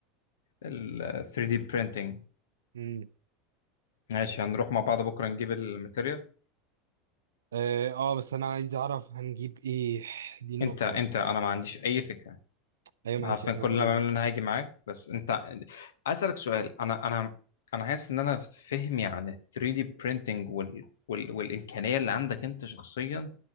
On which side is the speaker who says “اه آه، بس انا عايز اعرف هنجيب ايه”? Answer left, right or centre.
Right